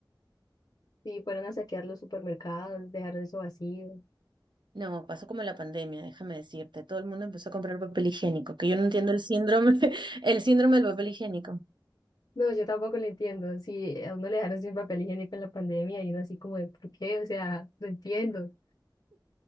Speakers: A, on the left (about 60°); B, on the right (about 70°).
A: Sí, fueron a saquear los supermercados, dejaron eso vacío.
B: No, pasó como en la pandemia, déjame decirte. Todo el mundo empezó a comprar papel higiénico, que yo no entiendo el síndrome, <laughs> el síndrome del papel higiénico.
A: No, yo tampoco lo entiendo. Si a uno le dejaron sin papel higiénico en la pandemia y uno así como de, ¿por qué? O sea, no entiendo.